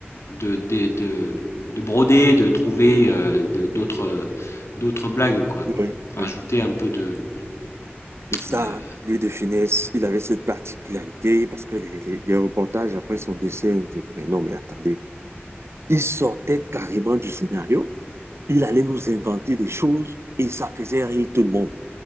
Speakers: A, on the left; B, on the right.
A: de des de de broder, de trouver, heu, de d'autres, d'autres blagues quoi.
B: Oui,
A: Rajouter
B: oui.
A: un peu de
B: Et ça,
A: de
B: lui de finesse, il avait cette particularité parce que les, les, les reportages après son décès indiquent, mais non, mais attendez, il sortait carrément du scénario, il allait nous inventer des choses et ça faisait rire tout le monde.